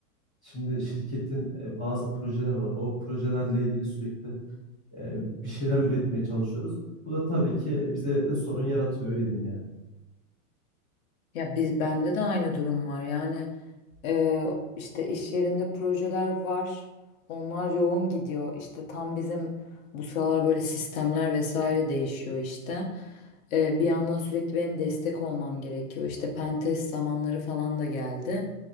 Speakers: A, in the centre; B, on the left (about 65°).
A: şimdi şirketin e, bazı projeler var. O projelerle ilgili sürekli e, bir şeyler üretmeye çalışıyoruz. Bu da tabii ki bize e, sorun yaratıyor, öyle diyeyim yani.
B: Ya biz bende de aynı durum var. Yani eee, işte iş yerinde projeler var. Onlar yoğun gidiyor. İşte tam bizim bu sıralar böyle sistemler vesaire değişiyor işte. Eee, bir yandan sürekli benim destek olmam gerekiyor. İşte pen test zamanları falan da geldi.